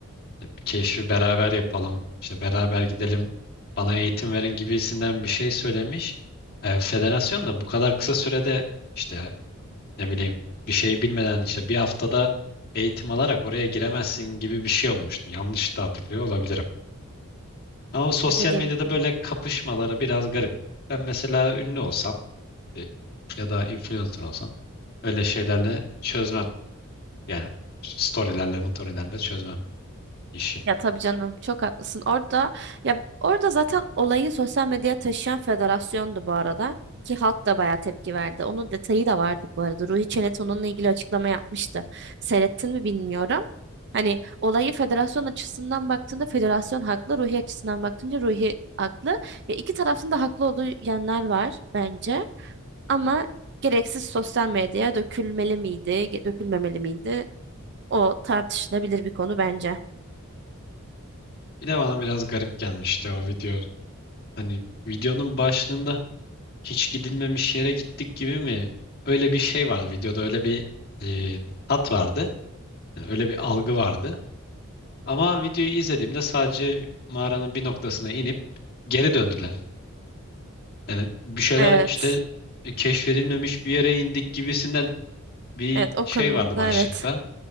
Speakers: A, on the left; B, on the right.
A: bir keşfi beraber yapalım. İşte beraber gidelim. Bana eğitim verin gibisinden bir şey söylemiş. E, federasyon da bu kadar kısa sürede işte ne bileyim bir şey bilmeden işte bir haftada eğitim alarak oraya giremezsin gibi bir şey olmuştu. Yanlış da hatırlıyor olabilirim. Ama bu sosyal
B: Ya dediğim
A: medyada
B: gibi.
A: böyle kapışmaları biraz garip. Ben mesela ünlü olsam e, ya da influencer olsam öyle şeylerle çözmem. Yani storylerle, motorilerle çözmem işi.
B: Ya tabii canım çok haklısın. Orada ya orada zaten olayı sosyal medyaya taşıyan federasyondu bu arada ki halk da bayağı tepki verdi. Onun detayı da vardı bu arada. Ruhi Çenet onunla ilgili açıklama yapmıştı. Seyrettin mi bilmiyorum. Hani olayı federasyon açısından baktığında federasyon haklı, Ruhi açısından baktığında Ruhi haklı. Ya iki tarafın da haklı olduğu yanlar var bence. Ama gereksiz sosyal medyaya dökülmeli miydi, ge- dökülmemeli miydi? O tartışılabilir bir konu bence.
A: Bir de bana biraz garip gelmişti o video. Hani videonun başlığında hiç gidilmemiş yere gittik gibi mi? Öyle bir şey vardı videoda öyle bir e, tat vardı. Yani öyle bir algı vardı. Ama videoyu izlediğimde sadece mağaranın bir noktasına inip geri döndüler. Yani bir şeyler
B: Evet.
A: işte e, keşfedilmemiş bir yere indik gibisinden bir
B: Evet o
A: şey
B: konuda
A: vardı başlıkta.
B: evet.